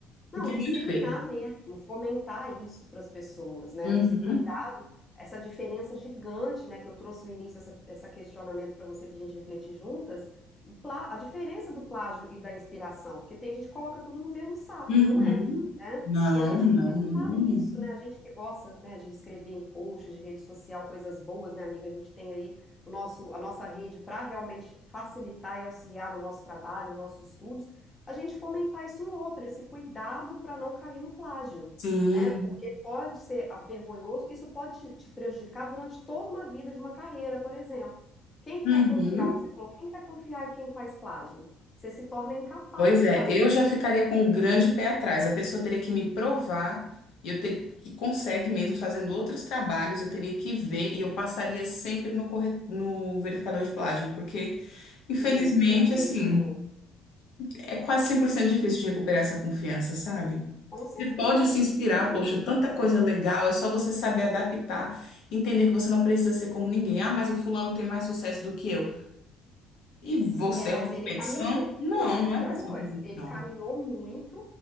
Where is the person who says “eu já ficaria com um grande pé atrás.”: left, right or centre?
Left